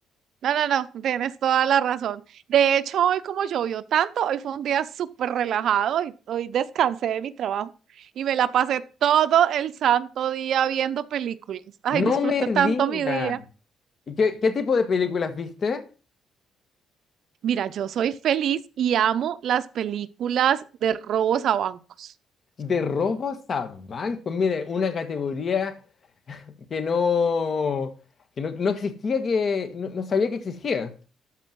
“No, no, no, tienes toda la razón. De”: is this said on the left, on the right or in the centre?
Right